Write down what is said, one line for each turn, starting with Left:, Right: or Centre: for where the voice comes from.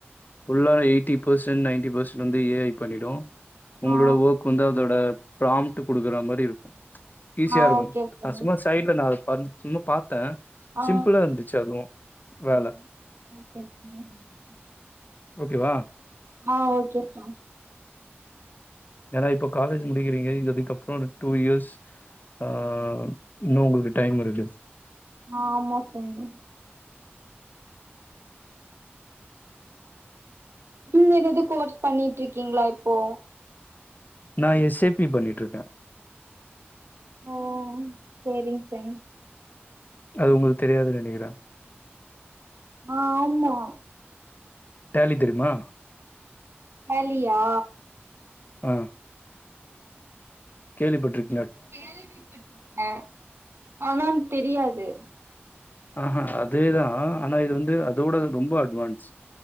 Left: ஃபுல்லா எயிட்டி பெர்சன்ட் நைன்டி பெர்சன்ட் வந்து ஏ ஐ பண்ணிடு ஒங்களோட
Right: ஆ
Left: ஓர்க் வந்து அதோட ப்ராம்டு குடுக்ற மாரி இருக்கு ஈஸியா
Right: ஆ
Left: இருக்கு
Right: ஓகே ஃப்ரெண்ட்
Left: நா சும்மா சைட்ல நா சும்மா பாத்தே
Right: ஆ
Left: சிம்ளா இருந்துச்சு அதுவு வேல
Right: ஆ ஓகே ஃப்ரெண்ட்
Left: ஓகேவா
Right: ஆ ஓகேப்பா
Left: ஏனா இப்ப காலேஜ் முடிக்கிறீங்க இதுக்கப்ற டூ இயர்ஸ் ஆ இன்னு உங்களுக்கு டை இருக்குது
Right: ஆ ஆமா தோழி நீங்க எதாவது கோர்ஸ் பண்ணிட்டு இருக்கீங்ளா இப்போ
Left: நா எஸ் ஏ பி பண்ணிட்டு இருக்கே
Right: ஓ செரிங்க செரி
Left: அது உங்களுக்கு தெரியாதுனு நெனக்கிறே
Right: ஆ ஆமா
Left: ட்டாலி தெரிமா
Right: ட்டாலியா
Left: ஆ கேள்விப்பட்ருக்கே
Right: கேள்வி பட் ஆ ஆனா தெரியாது
Left: ஆக அதேதா ஆனா இது வந்து அதோட ரொம்ப அட்வான்ஸ்